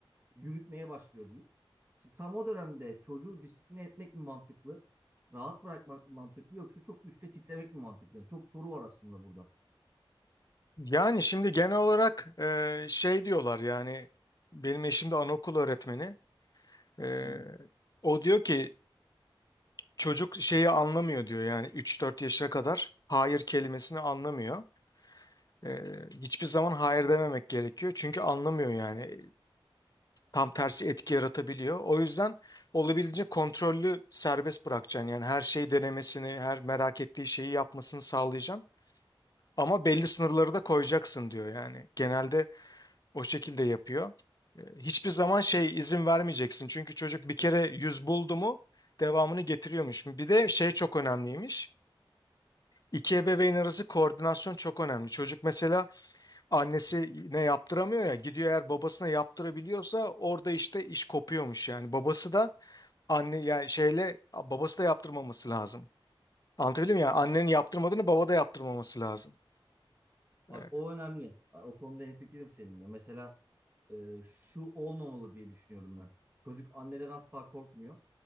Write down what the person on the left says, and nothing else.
Yani şimdi genel olarak e, şey diyorlar yani benim eşim de anaokul öğretmeni. E,
o diyor ki çocuk şeyi anlamıyor diyor yani üç dört yaşına kadar hayır kelimesini anlamıyor. E, hiçbir zaman hayır dememek gerekiyor çünkü anlamıyor yani tam tersi etki yaratabiliyor. O yüzden olabildiğince kontrollü serbest bırakacaksın yani her şeyi denemesini her merak ettiği şeyi yapmasını sağlayacaksın. Ama belli sınırları da koyacaksın diyor yani. Genelde O şekilde yapıyor. E, Hiçbir zaman şey izin vermeyeceksin. Çünkü çocuk bir kere yüz buldu mu devamını getiriyormuş. Bir de şey çok önemliymiş. İki ebeveyn arası koordinasyon çok önemli. Çocuk mesela annesine yaptıramıyor ya gidiyor eğer babasına yaptırabiliyorsa orada işte iş kopuyormuş yani. Babası da anne yani şeyle babası da yaptırmaması lazım. Anlatabildim mi? Yani annenin yaptırmadığını baba da yaptırmaması lazım.
E,